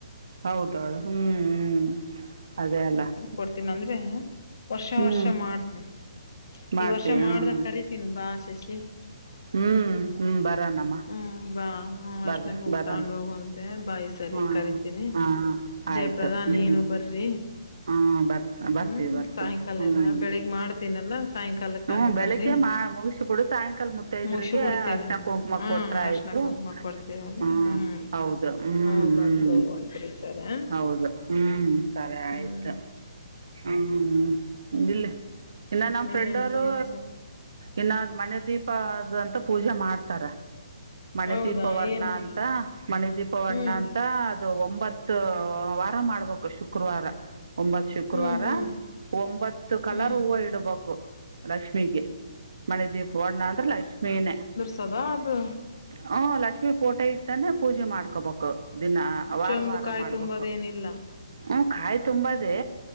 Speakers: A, on the left (about 60°); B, on the right (about 70°).
A: <unintelligible>
B: ಹೌದ ಅವಳು ಹ್ಮ್ ಹ್ಮ್ ಅದೇ ಅಲ್ಲ <unintelligible>
A: ಕೊಡ್ತೀನಿ ಅಂದ್ರೆ ವರ್ಷ
B: ಹ್ಮ್
A: ವರ್ಷ ಮಾಡ್ತನಿ <unintelligible>
B: ಮಾಡ್ತಿ
A: ಈ ವರ್ಷ
B: ಹ್ಮ್
A: ಮಾಡ್ದಗ ಕರೀತೀನಿ ಬಾ ಶಶಿ <unintelligible>
B: ಹ್ಮ್ ಹ್ಮ್ ಬರಾನಮ್ಮ
A: ಹ್ಮ್ ಬಾ ಹ
B: ಬರ್ರ
A: ಅಶನಮ
B: ಬರಾನ
A: ತಗೊಂಡು ಹೋಗಂತ <unintelligible> ಮತ್ತೆ ಬಾಯಿ ಸರಿ
B: ಹ್ಮ್
A: ಕರಿತೀನಿ
B: ಹಾ ಆಯ್ತು
A: ಜಯಪ್ರಧಾ
B: ಹ್ಮ್
A: ನೀನು ಬರ್ರಿ
B: ಹ್ಮ್ ಬರ್ ಬರ್ತೀವಿ
A: ಹ್ಮ್
B: ಬರ್ತೀವಿ
A: ಸಾಯಂಕಾಲ
B: ಹ್ಮ್
A: ಎಲ್ಲ ಬೆಳಿಗ್ ಮಾಡ್ತೀನಲ್ಲ ಸಾಯಂಕಾಲಕ್
B: ಹ್ಮ್
A: ಹಂಗ ಬರ್ರಿ
B: ಬೆಳಿಗ್ಗೆ ಮಾ ಮುಗಿಸಬಿಡು ಸಾಯಂಕಾಲ ಮುತ್ತೈದ್ರಿಗೆ
A: ಮುಗಸಿ ಬಿಡ್ತೀನಿ
B: ಹರ್ಶ್ನ ಕುಂಕುಮ
A: ಹ್ಮ್
B: ಕೊಟ್ರೆ
A: ಅರ್ಶಣ
B: ಆಯ್ತು.
A: ಕುಂಕುಮ ಕೊಡ್ತೀವಲ್ಲ
B: ಹ್ಮ
A: ಹ್ಮ್
B: ಹೌದು ಹ್ಮ್
A: ಅವಾಗ
B: ಹ್ಮ್
A: ಬಂದ್ ಹೋಗುವಂತ್ರಿ ಈ ಸರಿ
B: ಹೌದು. ಹ್ಮ್ ಸರಿ ಆಯ್ತು
A: ಹ್ಮ್
B: ಹ್ಮ್ ನಿಲ್ಲು. ಇನ್ನು ನಮ್ಮ್
A: ಇನ್ನೇನ್
B: ಫ್ರೆಂಡ್ ಅವರು
A: ಸಮಾಚಾರ
B: ಇನ್ನಾರ್ ಮನೆ ದೀಪದ ದಂತ ಪೂಜೆ ಮಾಡ್ತಾರೆ. ಮಣೆ
A: ಹೌದಾ
B: ದೀಪ ವರ್ಣ
A: ಏನು
B: ಅಂತ ಮಣೆ ದೀಪವರ್ಣ
A: ಹ್ಮ್
B: ಅಂತ ಅ ದು ಒಂಬತ್ತು ವಾರ ಮಾಡ್ಬೇಕು ಶುಕ್ರವಾರ ಒಂಬತ್ತು ಶುಕ್ರವಾರ
A: ಹ್ಮ್ ಹ್ಮ್
B: ಒಂಬತ್ತು ಕಲರ್
A: ಹ್ಮ್
B: ಹೂವ ಇಡ್ಬೇಕು. ಲಕ್ಷ್ಮಿಗೆ ಮನೆ ದೀಪ ಓಡ್ಣ ಅಂದ್ರ ಲಕ್ಷ್ಮೀನೇ.
A: ತದ ಅದು?
B: ಹಂ ಲಕ್ಷ್ಮಿ ಪೋಟೆ ಇಟ್ಟೇನೆ ಪೂಜೆ ಮಾಡ್ಕೋಬೇಕು ದಿನಾ. ವಾರ್ವಾರ
A: ಚೊಂಬು ಕಾಯಿ
B: ಮಾಡ್ಬೇಕು.
A: ತುಂಬದ ಏನಿಲ್ಲ
B: ಹ್ಮ ಕಾಯಿ ತುಂಬದೇ